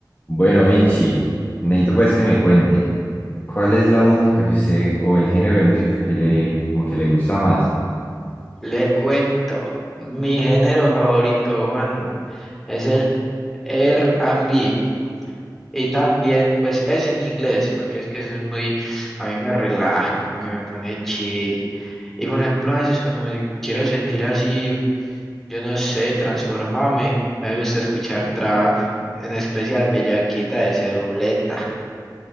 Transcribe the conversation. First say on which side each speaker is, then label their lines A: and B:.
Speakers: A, on the left (about 25°); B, in the centre.
A: Bueno, Vinci, necesito pues que me cuente, ¿cuál es la música que usted, o el género de música que le, como que le gusta más?
B: Le cuento, mi género favorito, Juanma, es el R and B y también, pues es en inglés, porque es que eso es muy, a mí me relaja, como que me pone chill. Y por ejemplo, a veces cuando me quiero sentir así, yo no sé, transformame, me gusta escuchar trap, en especial Bellaquita de ese dobleta.